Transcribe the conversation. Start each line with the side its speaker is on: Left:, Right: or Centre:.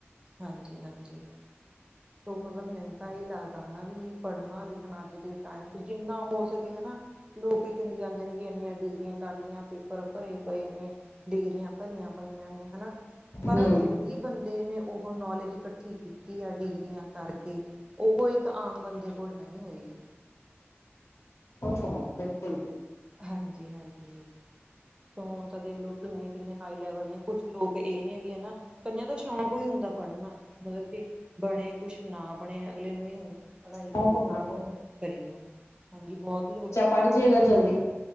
Right: ਹਾਂਜੀ-ਹਾਂਜੀ, ਓ ਮਤਲਬ ਮੈਂ ਲਦਾ ਹਨਾ ਵੀ ਪੜ੍ਹਨਾ ਲਿਖਣਾ ਅੱਜ ਦੇ ਟਾਈਮ ਚ ਜਿੰਨਾ ਹੋ ਸਕੇ ਹਨਾ ਲੋਕ ਹੀ ਕਹੀ ਜਾਂਦੇ ਨੇ ਵੀ ਇੰਨੀਆਂ ਡਿਗਰੀਆਂ ਕਰ ਲਈਆਂ ਪੇਪਰ ਭਰੇ ਪਏ ਨੇ। ਡਿਗਰੀਆਂ ਭਰੀਆਂ ਪਈਆਂ ਨੇ ਹਨਾ ਪਰ
Left: ਹਮ
Right: ਜੇ ਕੀ ਬੰਦੇ ਨੇ ਉਹ ਨੌਲੇਜ ਇਕੱਠੀ ਕੀਤੀ ਆ ਡਿਗਰੀਆਂ ਕਰਕੇ ਉਹ ਇਕ ਆਮ ਬਦੇ ਕੋਲ ਤਾਂ ਨੀ ਹੋਏਗੀ।
Left: ਓਕੇ ਮੈਡਮ, ਬਿਲਕੁਲ ਜੀ।
Right: ਹਾਂਜੀ-ਹਾਂਜੀ। ਹੁਣ ਤਾਂ ਦੇਖਲੋ ਕਿਨੇ-ਕਿਨੇ ਹਾਈ ਲੈਵਲ ਨੇ, ਕੁਛ ਲੋਕ ਇਹ ਨੇ ਵੀ ਹਨਾ ਕਈਆਂ ਤਾਂ ਸ਼ੌਕ ਹੀ ਹੁੰਦਾ ਪੜ੍ਹਨਾ, ਮਤਲਬ ਕੇ ਬਣੇ ਕੁਛ ਨਾ ਬਣੇ ਅਗਲੇ ਨੂੰ ਇਹ ਹੁੰਦਾ। ਪੜ੍ਹਾਈ
Left: ਸ਼ੌਕ
Right: ਕਰੀ,
Left: ਹੋਣਾ ਬਹੁਤ
Right: ਕਰੀ ਜਾਣਾ, ਹਾਂਜੀ ਬੋਤ ਲੋਕ
Left: ਪੜ ਜੇਗਾ ਜਲਦੀ।